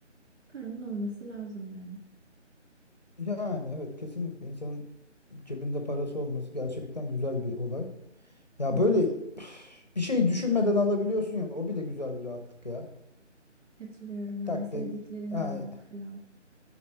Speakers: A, on the right; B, on the left.
A: paramın olması lazım yani.
B: Yani evet kesinlikle insanın cebinde parası olması gerçekten güzel bir olay. Ya
A: Evet.
B: böyle <sighs> bir şey düşünmeden alabiliyorsun ya o bile güzel bir rahatlık ya.
A: Katılıyorum yani
B: Tak
A: sevdiklerini
B: de ay,
A: almak falan.